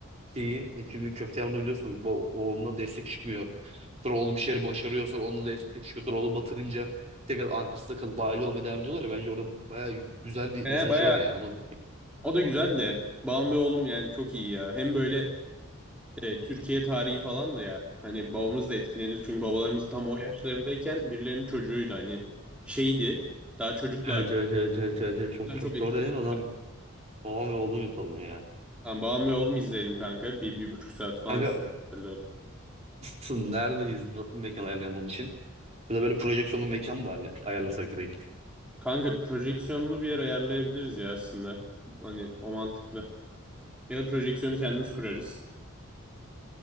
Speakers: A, on the right; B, in the centre.
A: şeyi şimdi köfte yağmurunda biliyorsunuz ba- oğluna destek çıkmıyor. Sonra oğlu bir şeyleri başarıyor. Sonra onunla da destek çıkıyor. Sonra oğlu batırınca tekrar arkasında kalıp aile olmaya devam ediyorlar ya. Bence orada baya güzel bir
B: e,
A: mesaj
B: baya
A: var ya. Onu...
B: o da güzeldi. Babam ve oğlum yani çok iyi ya. Hem böyle e, Türkiye tarihi falan da ya. Hani babamız da etkilenir. Çünkü babalarımız tam o yaşlarındayken birilerinin çocuğuydu. Hani şeydi. Daha çocuklardı.
A: Evet
B: O
A: evet evet evet evet. evet. Çok
B: yüzden
A: çok
B: çok etkilenir.
A: doğru dedin. O zaman babam ve oğlum yapalım ya.
B: Tamam, babam ve oğlum izleyelim kanka. Bir, bir buçuk saat falan
A: Kanka
B: sürüyor.
A: nasılsın? Neredeyiz? Nasıl mekan ayarlayalım onun için? Ya da böyle projeksiyonlu mekan mı ayarla- ayarlasak direkt?
B: Kanka projeksiyonunu bir yer ayarlayabiliriz ya aslında. Hani o mantıklı. Ya da projeksiyonu kendimiz kurarız.